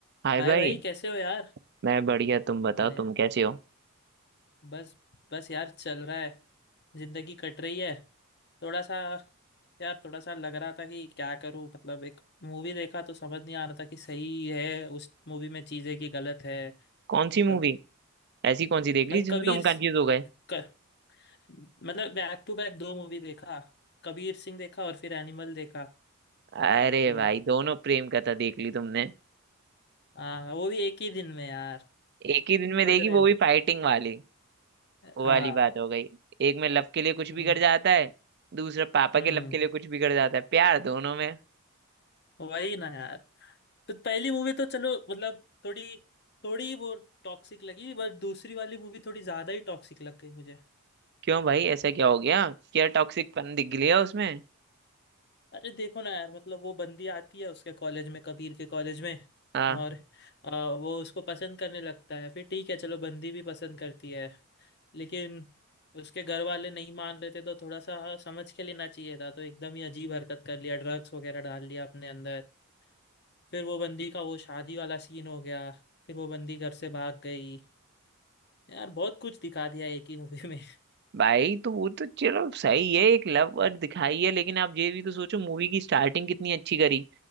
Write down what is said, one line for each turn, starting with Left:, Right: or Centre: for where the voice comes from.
Right: हाय
Left: हाय
Right: भाई
Left: भाई कैसे हो यार
Right: मैं बढ़िया तुम बताओ
Left: अरे
Right: तुम कैसे हो
Left: बस बस यार चल रहा है जिंदगी कट रही है थोड़ा सा यार थोड़ा सा लग रहा था कि क्या करूं मतलब एक मूवी देखा तो समझ नहीं आ रहा था कि सही है उस मूवी में चीजें कि गलत है
Right: कौन सी मूवी
Left: अब
Right: ऐसी कौन सी देख
Left: भाई
Right: ली जिसमें
Left: कबीर
Right: तुम कंफ्यूज हो गए
Left: क, मतलब बैक टू बैक दो मूवी देखा कबीर सिंह देखा और फिर एनिमल देखा
Right: अरे
Left: तो
Right: भाई दोनों प्रेम कथा देख ली तुमने
Left: हाँ वो भी एक ही दिन में यार
Right: एक ही दिन में
Left: समझ
Right: देखी
Left: रहे
Right: वो
Left: हो
Right: भी फाइटिंग वाली वो
Left: हाँ
Right: वाली बात हो गई एक में लव के लिए कुछ बिगड़
Left: हम्म
Right: जाता है दूसरा पापा
Left: हम्म
Right: के लव के लिए कुछ बिगड़ जाता है प्यार दोनों में
Left: वही ना यार तो पहली मूवी तो चलो मतलब थोड़ी थोड़ी वो टॉक्सिक लगी बट दूसरी वाली मूवी थोड़ी ज्यादा ही टॉक्सिक लग गई मुझे
Right: क्यों भाई ऐसा क्या हो गया क्या टॉक्सिक पन दिख गया उसमें
Left: अरे देखो ना यार मतलब वो बंदी आती है उसके कॉलेज में कबीर के कॉलेज में
Right: हाँ
Left: और आ, वो उसको पसंद करने लगता है फिर ठीक है चलो बंदी भी पसंद करती है लेकिन उसके घर वाले नहीं मान रहे थे तो थोड़ा सा समझ के लेना चाहिए था तो एकदम ही अजीब हरकत कर लिया ड्रग्स वगैरह डाल लिया अपने अंदर फिर वो बंदी का वो शादी वाला सीन हो गया फिर वो बंदी घर से भाग गई यार बहुत कुछ दिखा दिया एक ही मूवी में
Right: भाई तो वो तो चलो सही है एक लव और दिखाई है लेकिन आप ये भी तो सोचो मूवी की स्टार्टिंग कितनी अच्छी करी